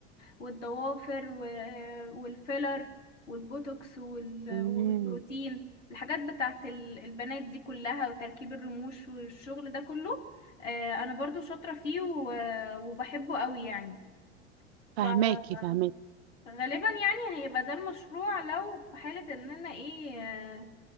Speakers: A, on the left; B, on the right.
A: والضوافر و- والفيلر والبوتوكس وال-
B: امم
A: والبروتين الحاجات بتاعة ال- البنات دي كلها وتركيب الرموش والشغل ده كله آه، انا برضو شاطرة فيه و- وبحبه قوي يعني
B: فهماكي
A: فغالبا
B: فهماكي
A: يعني هيبقى ده المشروع لو في حالة ان انا ايه آه،